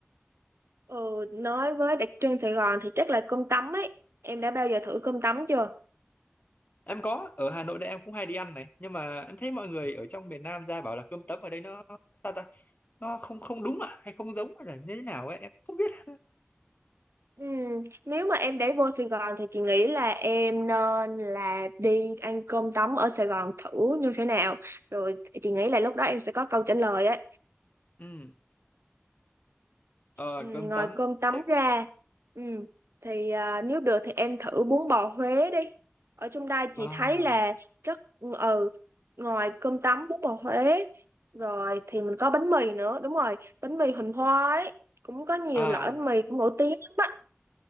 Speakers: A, on the right (about 75°); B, on the left (about 40°).
A: ừ nói với đặc trưng Sài Gòn thì chắc là cơm tấm ấy em đã bao giờ thử cơm tấm chưa
B: em có ở Hà Nội đây em cũng hay đi ăn này nhưng mà em thấy mọi người ở trong miền Nam ra bảo là cơm tấm ở đây nó sao ta nó không không đúng à hay không giống hay là như thế nào ấy em không biết
A: ừ. nếu mà em để vô Sài Gòn thì chị nghĩ là em nên là đi ăn cơm tấm ở Sài Gòn thử như thế nào rồi chị nghĩ là lúc đó em sẽ có câu trả lời á
B: ừ ờ,
A: Ừ, ngoài
B: cơm tấm
A: cơm tấm
B: thế
A: ra ừ, thì à, nếu được thì em thử bún bò Huế đi ở trong đây
B: à,
A: chị thấy là rất ừ ngoài cơm tấm bún bò Huế rồi thì mình có bánh mì nữa đúng rồi bánh mì Huỳnh Hoa ấy cũng có nhiều
B: à
A: loại bánh mì cũng nổi tiếng lắm